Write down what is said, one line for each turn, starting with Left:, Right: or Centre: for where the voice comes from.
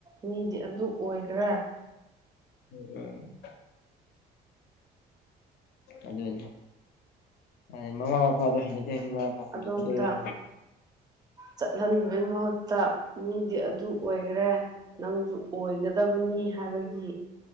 Right: ꯃꯤꯗꯤ ꯑꯗꯨ ꯑꯣꯏꯈ꯭ꯔꯦ
Left: ꯎꯝ ꯎꯝ ꯑꯗꯨꯅꯤ ꯃꯥꯅꯤ ꯃꯃꯥ ꯃꯄꯥꯗꯣ ꯍꯩꯅꯗꯦ ꯍꯥꯏꯗꯤ ꯃꯃꯥ ꯃꯄꯥ ꯍꯣꯡꯗꯣꯛꯀꯗꯣꯏꯔ
Right: ꯑꯗꯣꯝꯗ ꯆꯠꯍꯟꯕꯩ ꯃꯍꯨꯠꯇ ꯃꯤꯗꯤ ꯑꯗꯨ ꯑꯣꯏꯈ꯭ꯔꯦ ꯅꯪꯁꯨ ꯑꯣꯏꯒꯗꯕꯅꯤ ꯍꯥꯏꯕꯒꯤ